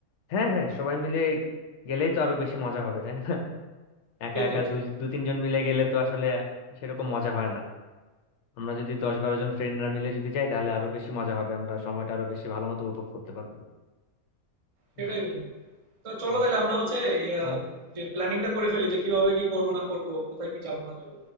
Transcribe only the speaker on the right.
সেটাই
সেটাই
সেটাই
বন্ধু তা চলো
তাহলে আমরা হচ্ছে ইয়া
যে প্ল্যানিংটা করে ফেলি যে কিভাবে কি করব না করব কোথায় কি যাব না যাব